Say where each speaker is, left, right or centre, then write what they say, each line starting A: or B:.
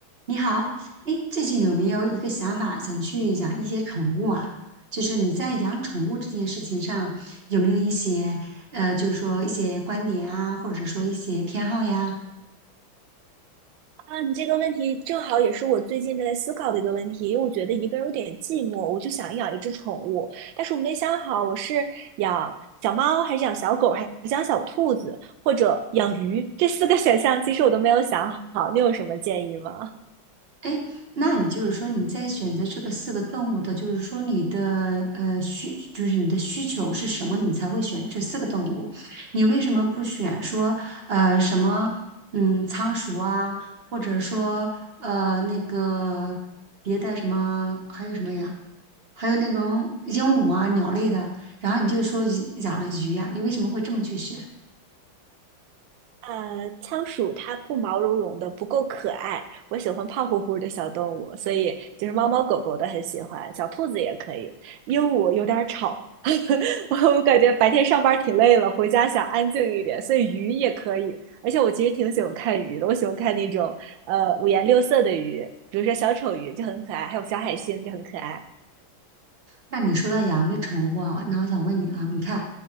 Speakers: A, on the right; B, on the right.
A: 你好，哎，最近有没有一个想法，想去养一些宠物啊？就是你在养宠物这件事情上，有没有一些呃，就是说一些观点啊，或者说一些偏好呀？
B: 啊，你这个问题正好也是我最近正在思考的一个问题，因为我觉得一个人有点寂寞，我就想养一只宠物，但是我没想好我是养小猫还是养小狗，还是养小兔子，或者养鱼，这四个 <laughs> 选项其实我都没有想好，你有什么建议吗？
A: 哎，那你就是说你在选择这个四个动物的，就是说你的呃需，就是你的需求是什么，你才会选这四个动物？你为什么不选说呃什么嗯仓鼠啊，或者说呃那个别的什么还有什么呀？还有那种鹦鹉啊鸟类的，然后你就说鱼养了鱼呀、你为什么会这么去选？
B: 呃，仓鼠它不毛茸茸的，不够可爱。我喜欢胖乎乎的小动物，所以就是猫猫狗狗的很喜欢，小兔子也可以。鹦鹉有点儿吵，<laughs> 我感觉白天上班挺累了，回家想安静一点，所以鱼也可以。而且我其实挺喜欢看鱼的，我喜欢看那种呃五颜六色的鱼，比如说小丑鱼就很可爱，还有小海星就很可爱。
A: 那你说到养一个宠物啊，那我想问你啊，你看，